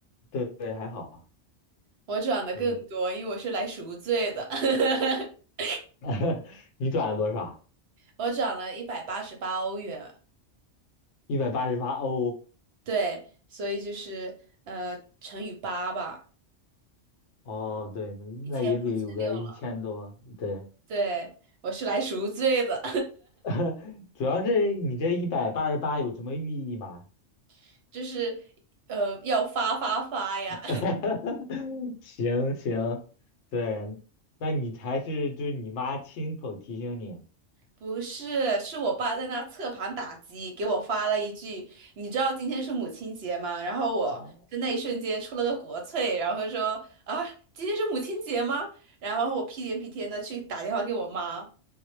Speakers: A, on the left; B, on the right.
A: 对对，还好啊，
B: 我转的更多，
A: 就
B: 因为我是来赎罪的。<laughs>
A: <laughs> 你转了多少？
B: 我转了一百八十八欧元，
A: 一百八十八哦。
B: 对，所以就是呃乘以八吧，
A: 哦，对，那那也得有个一千多，
B: 一千五千六了。
A: 对，
B: 对，我是来赎罪的，
A: <laughs> 主要是你这一百八十八有什么寓意吗？
B: <laughs> 就是呃要发发发呀。
A: <laughs> 行行，对，那你还是就是你妈亲口提醒你
B: 不是，是我爸在那侧盘打击，给我发了一句：“你知道今天是母亲节吗？”然后我在那一瞬间出了个国粹，
A: 啊，
B: 然后说：“啊，今天是母亲节吗？”然后我屁颠屁颠的去打电话给我妈，